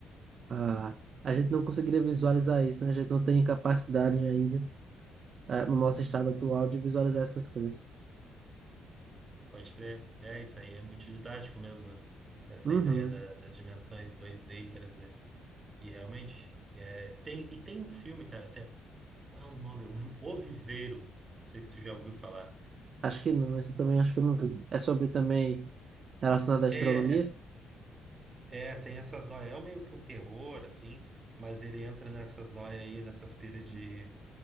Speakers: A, on the right (about 55°); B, on the right (about 35°).
A: a, a gente não conseguiria visualizar isso, né? A gente não tem capacidade ainda, eh, no nosso estado atual de visualizar essas coisas.
B: Pode crer. É, isso aí é muito didático mesmo, né? Dessa
A: Uhum.
B: ideia da- das dimensões dois d e três d E realmente, é, tem, e tem um filme, cara, até. Qual é o nome? O, Vi- o Viveiro. Não sei se tu já ouviu falar.
A: Acho que não, esse eu também acho que eu não vi. É sobre também relacionado à astronomia?
B: É, é, tem essas noias. É meio que um terror, assim, mas ele entra nessas noias aí, nessas pilhas de,